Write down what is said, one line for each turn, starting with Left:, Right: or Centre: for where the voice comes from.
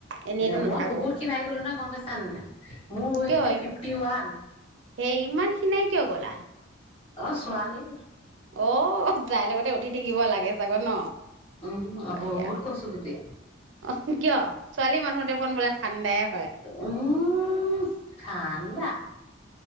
Right: এনেইতো
Left: এনেক
Right: নাথাকো
Left: মই বহুত খিনিাই গলো নহয় গম পাইছো। চান নাই মোৰ ওয়েত
Right: কিয়
Left: ফিফটি ওৱান।
Right: সেই ইমান খিনাই কিয় গ'লা।
Left: অ, ছোৱালী।
Right: অঁ তাইৰ লগতে উঠি থাকিব লাগে চাগ ন?
Left: উম
Right: হয়
Left: বহুত
Right: দিয়ক।
Left: কচু গুটি
Right: অ কিয় ছোৱালী মানুহ দেখোন বোলে <unintelligible>
Left: উম ঠাণ্ডা